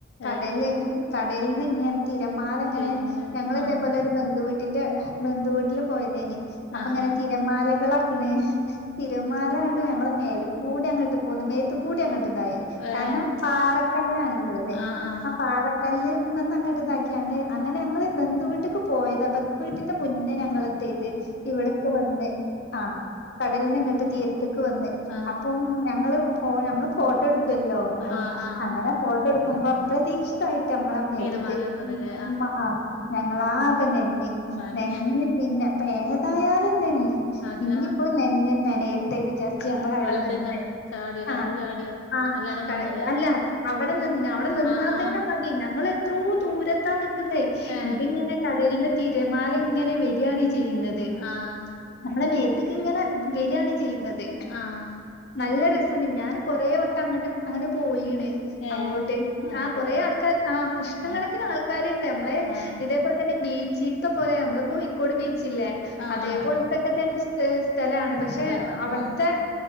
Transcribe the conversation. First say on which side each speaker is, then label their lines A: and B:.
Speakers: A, on the left (about 55°); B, on the left (about 80°).
A: കടല്
B: ഏഹ്
A: കടൽന്നിങ്ങനെ തിരമാലെങ്ങനെ
B: തിരുമല വരും
A: ഞങ്ങള്
B: ആഹ്
A: ബന്ധുവീട്ടിന്റെ ബന്ധുവീട്ടില് പോയതേനി. അപ്പങ്ങനെ
B: ആഹ്
A: തി തിരമാലകളാക്ക്ണ് തിരമാലങ്ങട്ട് ഞങ്ങളെ മേലകൂടങ്ങട്ട് പോന്ന് മേത്ത് കൂടങ്ങട്ട് തായി.
B: ആഹ്
A: കാരണം
B: ഏഹ്
A: പാറക്കല്ലാണ്ള്ളത്,
B: ആഹ് ആഹ്
A: ആ പാറ കല്ല്മന്നങ്ങട്ട് ഇതാക്കിയാണ്ട്, അങ്ങനെ ഞങ്ങള് ബന്ധുവീട്ട്ക്ക് പോയതാ, ബന്ധുവീട്ടിന്റെ മുന്നേ ഞങ്ങള് ചെയ്തേ ഇവട്ക്ക് വന്ന്. ആഹ് കടലിന്റങ്ങട്ട് തീരത്ത്ക്ക് വന്ന്.
B: ആഹ്
A: അപ്പം ഞങ്ങള് ഓഹ് നമ്മള് ഫോട്ടോ എടുക്കല്ലോ, ഏഹ്
B: ആഹ് ആഹ്
A: അങ്ങനെ ഫോട്ടട്ക്കുമ്പം പ്രതീക്ഷിതായിട്ട് നമ്മളെ മേത്ത്ക്ക്
B: തിരമാല വന്നതല്ലേ
A: ആഹ് ഞങ്ങളാകെ നഞ്ഞ്
B: മഞ്ഞ
A: ന്നനഞ്ഞ് പിന്നെ അപ്പൊ ഏതായാലും ന്നഞ്ഞ്
B: മഞ്ഞ
A: ഇനിയിപ്പം നഞ്ഞ് നനയട്ടെ വിചാരിച്ച് ഞങ്ങവിടെ
B: വെള്ളത്തി
A: നിന്ന്.
B: ചാടിയോ കടല്
A: ആഹ്
B: ചാടിയോ
A: ആഹ്,
B: അല്ലാടെ
A: കള്
B: നിന്നല്ലേ
A: അല്ല അവടെ നിന്ന് അവടെ നിന്നാ
B: ആഹ് ആഹ്
A: തന്നെ മതി. ഞങ്ങളെത്രോ ദൂരത്താ നിൽക്കുന്നേ
B: ഏ ഏ
A: ഇ കടൽന്ന് തിരമാല ഇങ്ങനെ വരിയാണ് ചെയ്യുന്നേ
B: ആഹ്
A: നമ്മളെ മേത്ത്ക്ക് ഇങ്ങനെ വരാണ് ചെയ്യുന്നത്.
B: ആഹ്
A: നല്ല രസണ്ട്, ഞാൻ കൊറെ വട്ടം അങ്ങട്ട് അങ്ങനെ പോയിണ്
B: ഏ
A: അങ്ങോട്ട്.
B: അങ്ങോട്ടല്ലേ
A: ആഹ് കൊറെ ആൾക്കാര് ആഹ് ഇഷ്ട
B: ആഹ്
A: കണക്കിന് ആൾക്കാര്ണ്ട് നമ്മളെ
B: ആഹ്
A: അതേപോലെ തന്നെ ബീച്ചിത്തെ പോലെ നമ്മളെ കോഴിക്കോട് ബീച്ചല്ലേ
B: ആഹ്
A: അതേപോൽത്തക്ക തന്നെ സ്ഥലാണ്. പക്ഷെ
B: സ്ഥലം
A: അവട്ത്തെ
B: ആഹ്